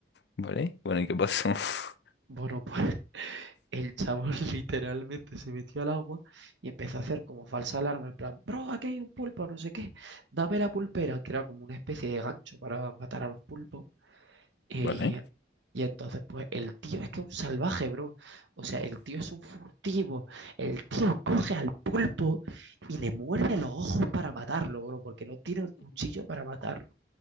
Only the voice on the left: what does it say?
vale. Bueno, ¿y qué pasó? <laughs>
¿vale?